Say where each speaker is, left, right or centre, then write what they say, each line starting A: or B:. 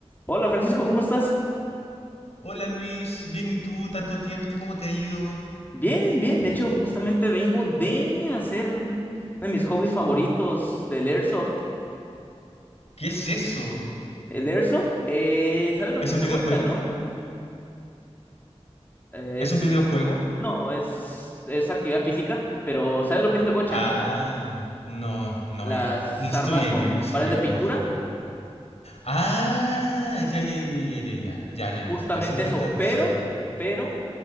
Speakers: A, on the left; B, on the left.
A: Hola Francisco, ¿cómo estás?
B: Hola Luis, bien y tú, tanto tiempo, ¿cómo te ha ido?
A: Bien, bien. De hecho, justamente vengo de hacer uno de mis hobbies favoritos del Airsoft.
B: ¿Qué es eso?
A: El Airsoft, eh, ¿sabes lo
B: ¿Es
A: que es
B: un
A: el
B: videojuego?
A: gocha, no? Eh,
B: ¿Es
A: es,
B: un videojuego?
A: no, es, es actividad física, pero ¿sabes lo que es el gocha,
B: Ah,
A: no?
B: no, no,
A: Las
B: ya. Instrúyeme,
A: armas con
B: instrúyeme,
A: balas de pintura,
B: por favor. Ah, ya, ya, ya, ya, ya, ya, ya, ya,
A: justamente
B: ya, ya sé lo
A: eso,
B: que estás diciendo.
A: pero, pero